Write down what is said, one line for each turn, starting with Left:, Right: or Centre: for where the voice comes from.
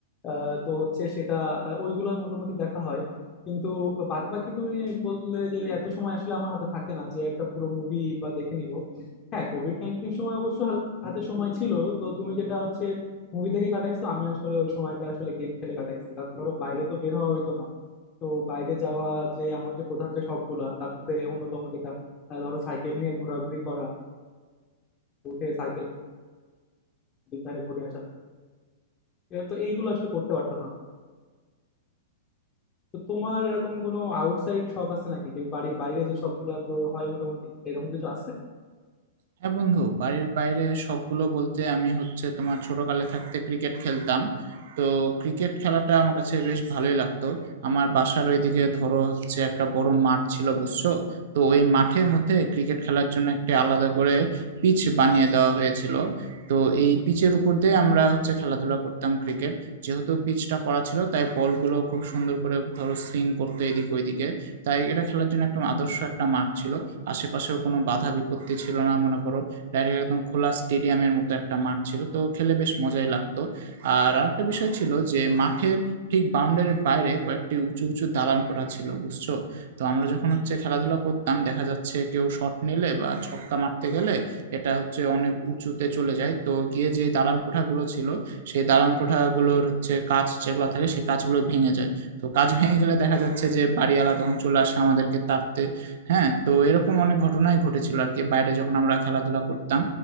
Left: আহ, তো হচ্ছে সেটা আহ, ওইগুলো মোটামুটি দেখা হয় কিন্তু বাদ বাকি তুমি বললে যে এত সময় আসলে আমার হাতে থাকে না যে একটা পুরো মুভি বা দেখে নিব হ্যাঁ কোভিড নাইন্টিন সময় অবশ্য হা- হাতে সময় ছিল তো তুমি যেটা হচ্ছে মুভি দেখে কাটাইছো আমি আসলে ওই সময়টা আসলে গেম খেলে কাটাইছি কারণ ধরো বাইরে তো বের হওয়া হইতো না তো বাইরে যাওয়া যে আমার যে প্রধান যে শখগুলা তার মধ্যে অন্যতম যেটা আহ, ধরো সাইকেল নিয়ে ঘোরাঘুরি করা উঠে সাইকেল দুধারে ঘুরে আসা এ তো এইগুলো আসলে করতে পারতাম না তো তোমার এরকম কোনো আউটসাইড শখ আছে নাকি যে বাড়ির বাইরে যে শখ গুলা হয় মোটামুটি এরকম কিছু আছে
Right: হ্যাঁ বন্ধু বাড়ির বাইরে শখগুলো বলতে আমি হচ্ছে তোমার ছোটকালে থাকতে ক্রিকেট খেলতাম তো ক্রিকেট খেলাটা আমার কাছে বেশ ভালোই লাগতো আমার বাসার ওইদিকে ধরো হচ্ছে একটা বড় মাঠ ছিল বুঝছো তো ওই মাঠের মধ্যে ক্রিকেট খেলার জন্য একটা আলাদা করে পিচ বানিয়ে দেওয়া হয়েছিল তো এই পিচের উপর দিয়ে আমরা হচ্ছে খেলাধুলা করতাম ক্রিকেট যেহেতু পিচটা করা ছিল তাই বলগুলো খুব সুন্দর করে ধরো সুইং করতো এদিক ওইদিকে তাই এটা খেলার জন্য একদম আদর্শ একটা মাঠ ছিল আশেপাশেও কোনো বাধা বিপত্তি ছিল না মনে করো ডাইরেক্ট একদম খোলা স্টেডিয়ামের মতো একটা মাঠ ছিল তো খেলে বেশ মজাই লাগতো আর আরেকটা বিষয় ছিল যে মাঠের ঠিক বাউন্ডারির বাইরে কয়েকটি উঁচু উঁচু দালান কোঠা ছিল বুঝছো তো আমরা যখন হচ্ছে খেলাধুলা করতাম দেখা যাচ্ছে কেউ শট নিলে বা ছক্কা মারতে গেলে এটা হচ্ছে অনেক উঁচুতে চলে যায় তো গিয়ে যে দালান কোঠাগুলো ছিল সেই দালান কোঠাগুলোর হচ্ছে কাঁচ যেগুলো থাকে সেই কাঁচগুলো ভেঙে যায় তো কাঁচ ভেঙে গেলে দেখা যাচ্ছে যে বাড়িওয়ালা তখন চলে আসে আমাদেরকে তাড়তে হ্যাঁ তো এরকম অনেক ঘটনাই ঘটেছিল আর কি বাইরে যখন আমরা খেলাধুলা করতাম